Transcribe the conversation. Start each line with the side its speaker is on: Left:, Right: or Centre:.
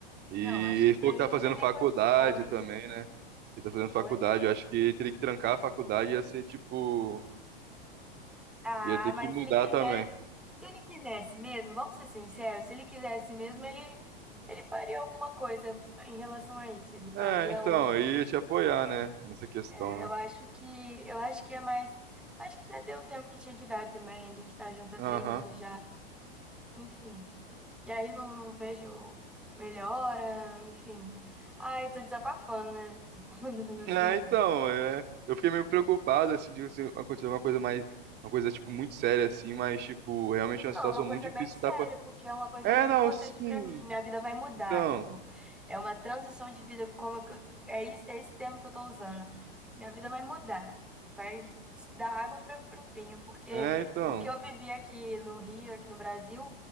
Right: E
Centre: Não, acho que
Right: ele
Centre: para
Right: falou
Centre: ele
Right: que tá
Centre: não
Right: fazendo
Centre: tem nem
Right: faculdade
Centre: condições.
Right: também, né? Ele tá fazendo faculdade,
Centre: Oi?
Right: eu acho que teria que trancar a faculdade ia ser tipo,
Centre: Ah,
Right: ia ter que
Centre: mas
Right: mudar
Centre: se ele quisesse,
Right: também.
Centre: se ele quisesse mesmo, vamos ser sinceros, se ele quisesse mesmo, ele, ele faria alguma coisa em relação a isso. Ele faria
Right: É, então,
Centre: um,
Right: eu ia te apoiar, né, nessa questão,
Centre: é, eu
Right: né?
Centre: acho que, eu acho que é mais, acho que já deu o tempo que tinha que dar também. A gente tá junto há
Right: Aham.
Centre: três anos já, enfim. E aí não, não vejo melhora, enfim. Ai, tô desabafando, né? <laughs> Desabafando essa
Right: É, então, é, eu fiquei meio preocupado assim de assim, acontecer alguma coisa mais uma coisa tipo muito séria assim, mas tipo, realmente é uma
Centre: Não,
Right: situação
Centre: é uma coisa
Right: muito difícil,
Centre: bem séria,
Right: tá
Centre: porque é uma coisa
Right: É,
Centre: muito
Right: não,
Centre: importante
Right: sim.
Centre: pra mim. Minha vida vai mudar,
Right: Então.
Centre: tipo, é uma transição de vida, como que eu- é esse, é esse termo que eu tô usando. Minha vida vai mudar, vai dar água para o vinho, porque
Right: É, então.
Centre: o que eu vivi aqui no Rio, aqui no Brasil,